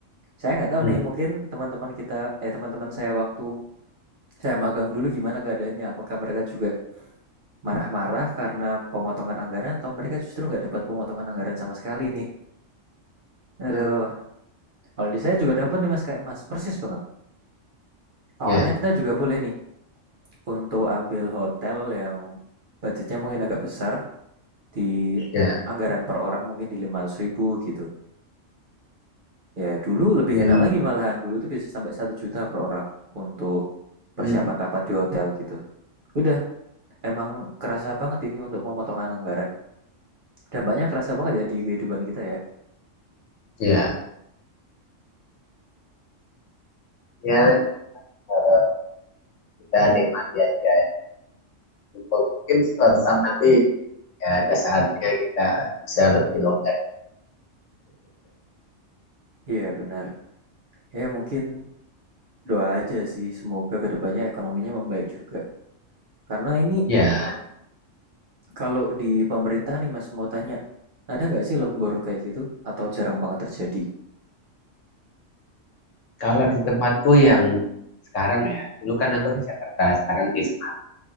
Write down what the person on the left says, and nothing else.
Hmm,
hmm,
ya,
ya,
hmm,
hmm,
ya, ya eh, kita nikmati aja. Mungkin suatu saat nanti ya ada saatnya kita bisa lebih longgar.
Ya,
kalau di tempatku yang sekarang ya, dulu kan aku di Jakarta, sekarang di Semarang.